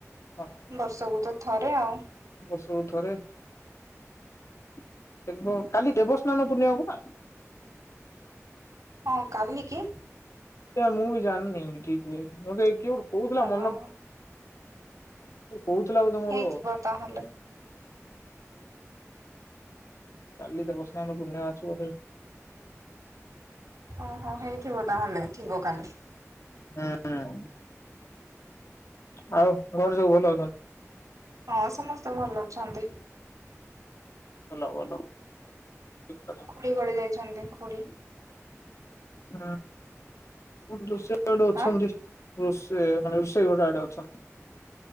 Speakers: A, on the left; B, on the right.
A: ହଁ
B: ବର୍ଷକୁ ତ ଥରେ ଆଉ।
A: ବର୍ଷକୁ ଥରେ ଦେବ କାଲି ଦେବସ୍ନାନ ପୂର୍ଣିମା ପରା?
B: ହଁ କାଲି କି?
A: ସେ ମୁଁ ବି ଜାଣିନି ଠିକ୍ ରେ ମୋତେ କିଏ ଗୋଟେ କହୁଥିଲା
B: ହଁ
A: <unintelligible> କହୁଥିଲା କ ତମର
B: ହେଇଥିବ ତାହେଲେ
A: କାଲି ଦେବସ୍ନାନ ପୂର୍ଣମୀ ଅଛି ବୋଧେ?
B: ଓହୋ ହେଇଥିବ ତାହେଲେ ଥିବ କାଲି?
A: ହଁ ଆଉ ଘରେ ସବୁ ଭଲ ଅଛନ୍ତି?
B: ହଁ ସମସ୍ତେ ଭଲ ଅଛନ୍ତି।
A: ଭଲ, ଭଲ ଠିକ
B: ଖୁଡ଼ି କୁଆଡେ ଯାଇଛନ୍ତି ଖୁଡ଼ି?
A: <inaudible> ହୁଁ ସେ ରୋଷଇ ଘର ଆଡେ ଅଛନ୍ତି।
B: ଆଁ?
A: ରୋଷେଇ ମାନେ ରୋଷେଇ ଘର ଆଡେ ଅଛନ୍ତି।